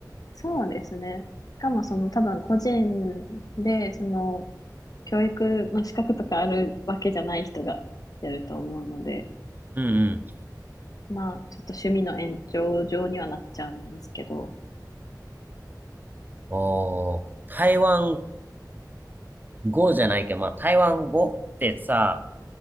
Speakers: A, on the left (about 55°); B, on the right (about 25°).
A: そうですね。しかもその多分個人で、その教育の資格とかあるわけじゃない人がやると思うので、
B: うんうん。
A: まあ、ちょっと趣味の延長上にはなっちゃうんですけど。
B: おー、台湾語じゃないけど、まあ、台湾語ってさ、